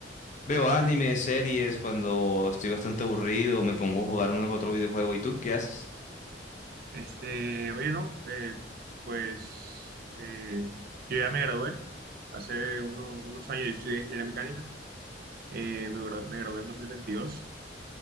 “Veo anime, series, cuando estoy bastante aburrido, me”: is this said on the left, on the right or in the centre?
Left